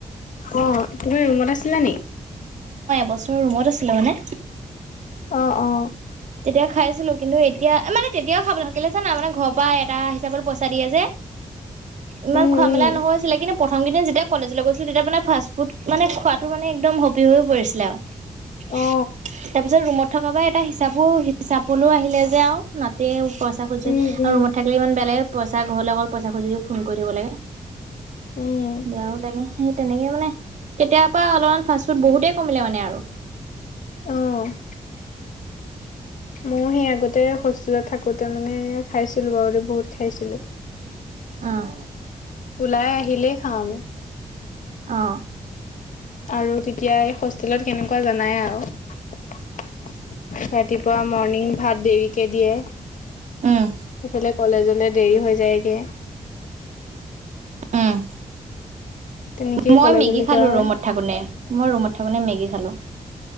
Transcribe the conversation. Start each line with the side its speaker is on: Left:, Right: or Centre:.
Left: অ তুমি ৰুমত আছিলা নি?
Right: বছৰৰ ৰুমত আছিলা মানে
Left: অ অ।
Right: তেতিয়া খাইছিলো। কিন্তু এতিয়া, মানে তেতিয়াও খাবলৈ থাকিলে চানা মানে ঘৰৰ পৰা এটা হিচাপত পইচা দিয়ে যে। ইমান
Left: উম
Right: খোৱা
Left: উম
Right: মেলা নহৈছিলে কিন্তু প্ৰথম কেইদিন যেতিয়া কলেজলৈ গৈছিলো, তেতিয়া মানে ফাষ্ট ফুড মানে খোৱাতটো মানে একদম হবি হৈ পৰিছিলে আও। <unintelligible>
Left: অ
Right: তাৰপিছত ৰুমত থকা পা এটা হিচাপো হিচাপলো আহিলে যে আও নাতে পইচা খোজ
Left: উম উম
Right: আৰু ৰুমত থাকিলে ইমান বেয়া লাগে পইচা ঘৰলৈ অকল পইচা খুজিও ফোন কৰি থাকিব লাগে।
Left: উম
Right: বেয়াও লাগে। সেই তেনেকে মানে কেতিয়াৰ পৰা অলপমান ফাষ্ট ফুড বহুতেই কমিলে মানে আৰু।
Left: অ <unintelligible> মই সেই আগতে হোষ্টেলত থাকো থাকোঁতে মানে খাইছিলো বাৰু বহুত। খাইছিলোঁ।
Right: আহ।
Left: ওলাই আহিলেই খাওঁ আমি।
Right: অ
Left: আৰু তেতিয়া এই হোষ্টেলত কেনেকুৱা জনাই আও। ৰাতিপুৱা মৰ্ণিং ভাত দেৰিকে দিয়ে।
Right: উম
Left: সফালে কলেজত দেৰি হৈ যায়। ক
Right: আহ
Left: তেনেকেই
Right: । মই
Left: কলেজলৈ
Right: মেগি খালো
Left: যোৱা হয়।
Right: ৰুমত থাকোতে মই ৰুমত থাকোতে মেগি খালো।